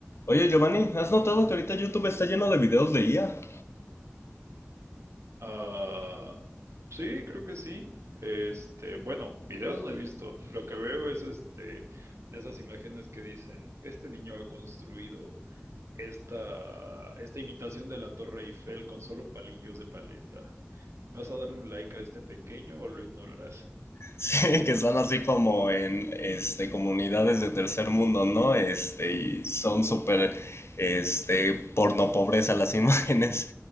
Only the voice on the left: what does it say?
Oye, Giovanni, ¿has notado que ahorita YouTube está lleno de videos de IA? <laughs>
Sí, que están así como en este, comunidades de tercer mundo, ¿no? Este, y son súper este, porno pobreza las <laughs> imágenes.